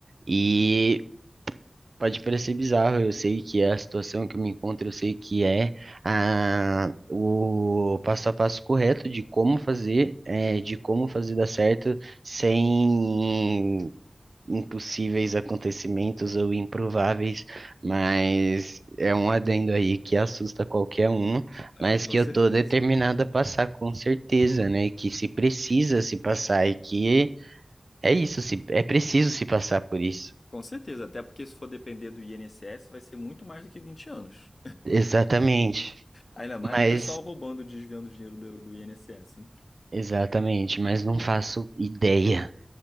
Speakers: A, on the right; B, on the left.
A: E Pode parecer bizarro, eu sei que é a situação que eu me encontro, eu sei que é a, o passo a passo correto de como fazer, eh, de como fazer dar certo sem impossíveis acontecimentos ou improváveis, mas é um adendo aí que assusta qualquer um,
B: Ah,
A: mas
B: com
A: que
B: certeza.
A: eu tô determinado a passar com certeza, né? Que se precisa se passar e que é isso, se, é preciso se passar por isso.
B: Com certeza, até porque se for depender do INSS, vai ser muito mais do que 20 anos.
A: Exatamente.
B: Ainda mais
A: Mas
B: com o pessoal roubando, desviando dinheiro do, do INSS. né?
A: Exatamente, mas não faço ideia.